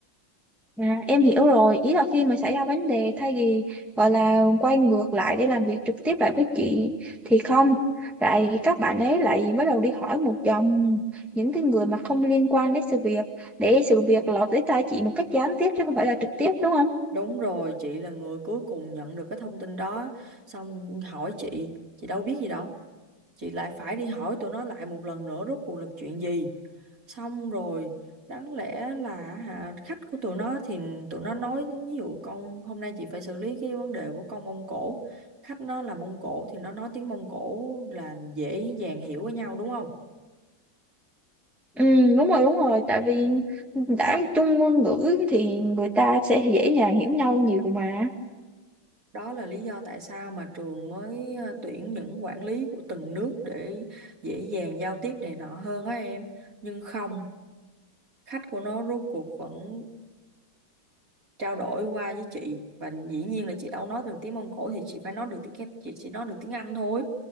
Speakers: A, in the centre; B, on the right.
A: à, em hiểu rồi ý là khi mà xảy ra vấn đề thay vì gọi là quay ngược lại để làm việc trực tiếp lại với chị thì không lại các bạn ấy lại bắt đầu đi hỏi một dòng những cái người mà không liên quan đến sự việc để sự việc lọt tới tai chị một cách gián tiếp chứ không phải là trực tiếp đúng không
B: đúng rồi chị là người cuối cùng nhận được cái thông tin đó xong hỏi chị chị đâu biết gì đâu chị lại phải đi hỏi tụi nó lại một lần nữa rốt cuộc là chuyện gì xong rồi đáng lẽ là hả, khách của tụi nó thì tụi nó nói ví dụ con hôm nay chị phải xử lý cái vấn đề của con Mông Cổ khách nó là Mông Cổ thì nó nói tiếng Mông Cổ là dễ dàng hiểu với nhau đúng không
A: Ừ, đúng rồi đúng rồi tại vì đã chung ngôn ngữ thì người ta sẽ dễ dàng hiểu nhau nhiều mà
B: đó là lý do tại sao mà trường mới ờ, tuyển những quản lý của từng nước để dễ dàng giao tiếp này nọ hơn á em nhưng không khách của nó rốt cuộc vẫn trao đổi qua với chị và dĩ nhiên là chị đâu nói được tiếng Mông Cổ thì chị phải nói được tiếng chị chỉ nói được tiếng Anh thôi